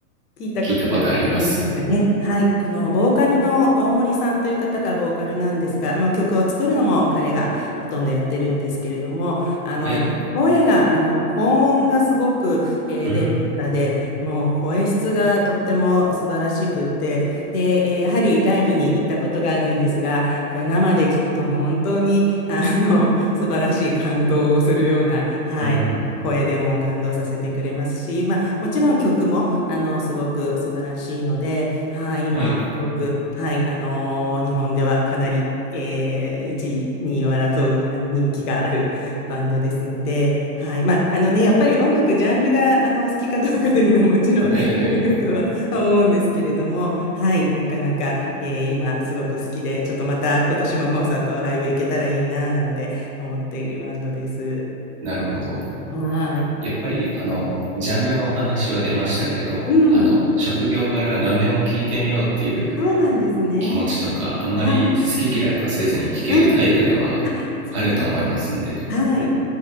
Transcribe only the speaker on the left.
聞いたことがありますかね。
はい。このボーカルの大森さんという方がボーカルなんですが、まあ、曲を作るのも彼がほとんどやってるんですけれども、あの、
やっぱり声が、あの、高音がすごく、えー出る方で、
もう声質がとっても素晴らしくって、で、えーやはりライブに行ったことがあるんですが、やっぱり生で聞くと本当に、あの、素晴らしい感動をするような、はい。
声でも感動させてくれますし、まあ、もちろん曲も、あの、すごく素晴らしいので、はい、今、
すごく、はい、あのー日本ではかなり、えー、1位、2位を争う、あの、人気があるバンドですので、はい、まあ、あのね、やっぱり音楽、ジャンルが、あの、お好きかどうかというのはもちろん
<laughs>、あるかとは思うんですけれども、はい、なかなか、えー今、すごく好きで、ちょっとまた、今年もコンサート、ライブ行けたらいいな、なんて思っているバンドです。
はい。
うん。
そうなんですね。
はい。うん。そうです。
はい。